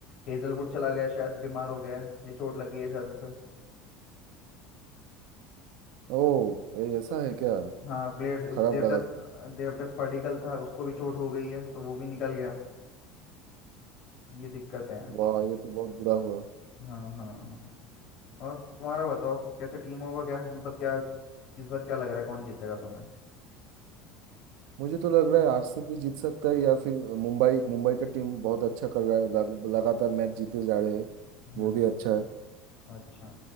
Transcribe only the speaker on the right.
ओह ये ऐसा है क्या
खराब लगा सुन
वाह ये तो बहुत बुरा हुआ
मुझे तो लग रहा है आरसीबी जीत सकता है या फिर मुंबई मुंबई का टीम बहुत अच्छा कर रहा है लग, लगातार मैच जीते जा रहे हैं
वो भी अच्छा है